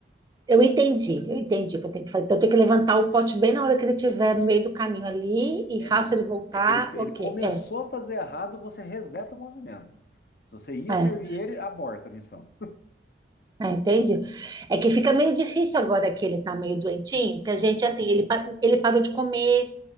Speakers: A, on the right; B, on the left.
A: eu entendi, eu entendi o que eu tenho que fazer. Então, eu tenho que levantar o pote bem na hora que ele estiver no meio do caminho ali e
B: É,
A: faço
B: não,
A: ele voltar.
B: é, ele, ele
A: Ok,
B: começou
A: é,
B: a fazer errado, você reseta o movimento. Se você ia
A: é,
B: servir ele, aborta a missão.
A: é, entendi. É que fica meio difícil agora que ele tá meio doentinho, que a gente, assim, ele, pa- ele parou de comer,